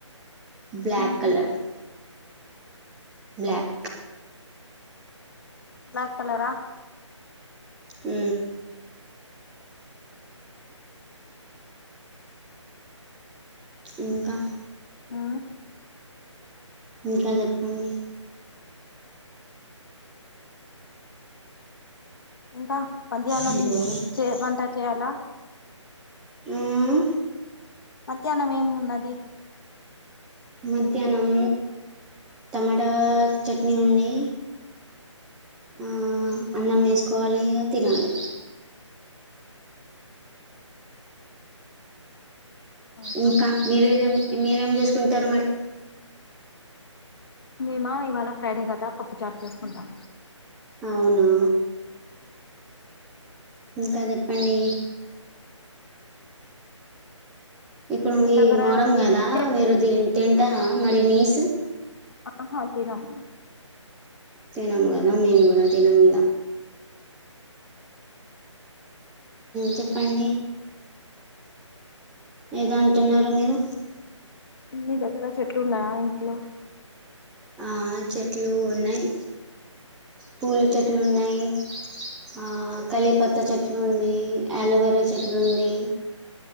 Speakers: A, in the centre; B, on the left (about 45°).
A: బ్లక్
B: ఉమ్,
A: కలర్ బ్ల్యాక్
B: బ్లాక్ కలరా
A: ఆ ఇంకా
B: ఆ
A: ఇంకా చెప్పండి
B: ఇంకా మాధ్యానం
A: హలో
B: చే వంట చేయాలా
A: మ్మ్
B: మధ్యాహ్నంమేం ఉన్నది
A: మధ్యాహ్నం టమాటా చట్నీ ఉంది. ఆ అన్నం చేసుకోవాలి తినాలి.
B: అవునా
A: ఇంకా మీరేేం మీరేం చేసుకుంటారు మరి?
B: మేమా ఇవాళ ఫ్రైడే కదా పప్పు చారూ చేసుకుంటాం.
A: అవునా ఇంకా చెప్పండి ఇప్పుడు
B: మీ
A: ఈ
B: దగ్గర
A: మొహర్రం కదా
B: చెట్
A: మీరు తింటారా మరి నీస్.
B: ఆహా తినం
A: తినం కదా మేము కూడా తినం ఇగ చెప్పండి ఏదో అంటున్నారు మీరు.
B: మీ దగ్గర చెట్లు ఉన్నాయా ఇంట్లో?
A: ఆ చెట్లు ఉన్నాయి. పూల చెట్లు ఉన్నాయి. ఆ కళీపత్త చెట్లు ఉన్నాయి అలోవేరా చెట్లు ఉన్నాయి.